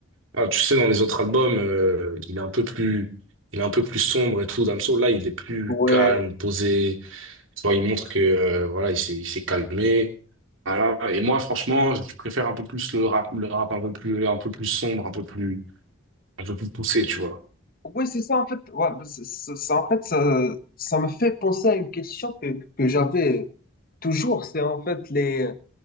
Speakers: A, on the right; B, on the left.
A: ah, tu sais, dans les autres albums, euh, il est un peu plus, il est un peu plus sombre et tout. Damso, là, il est plus
B: Ouais.
A: calme, posé. Tu vois, il montre que, euh, voilà, il s'est, il s'est calmé. Voilà. Et moi, franchement, je préfère un peu plus le rap, le rap un peu plus, un peu plus sombre, un peu plus, un peu plus poussé, tu vois.
B: Ouais, c'est ça en fait. Ouais, c'est- c'est- ça, en fait, ça, ça me fait penser à une question que, que j'avais toujours. C'est en fait les